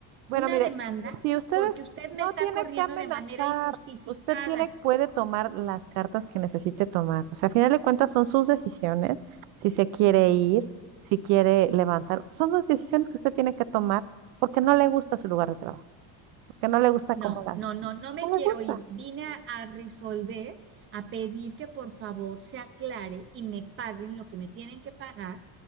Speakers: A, on the right (about 80°); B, on the right (about 35°).
A: Bueno,
B: Una
A: mire,
B: demanda
A: si ustedes
B: porque usted me
A: no
B: está
A: tiene
B: corriendo
A: que amenazar,
B: de manera injustificada.
A: usted tiene, puede tomar las cartas que necesite tomar. O sea, a final de cuentas son sus decisiones, si se quiere ir, si quiere levantar, son las decisiones que usted tiene que tomar porque no le gusta su lugar de trabajo, porque no le gusta cómo
B: No,
A: la,
B: no, no, no me
A: no
B: quiero
A: le gusta.
B: ir. Vine a, a resolver, a pedir que por favor se aclare y me paguen lo que me tienen que pagar